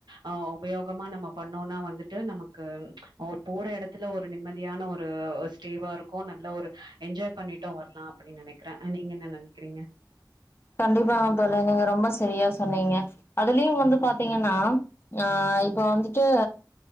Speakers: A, on the right; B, on the left.
A: ஆ உபயோகமா நம்ம பண்ணோன்னா வந்துட்டு நமக்கு ஒ போற எடத்துல ஒரு நிம்மதியான ஒரு ஸ்டேவா இரு க்கு நல்லா ஒரு என்ஜாய் பண்ணிட்டு வரலா அப்டின்னு நனைக்கிற அ நீங்க என்ன நனைக்கிறீங்க
B: கண்டிப்பாங்க தோழி நீங்க ரொம்ப சரியா சொன்னீங்க அதுலயு வந்து பாத்தீங்கன்னா ஆ இப்போ வந்துட்டு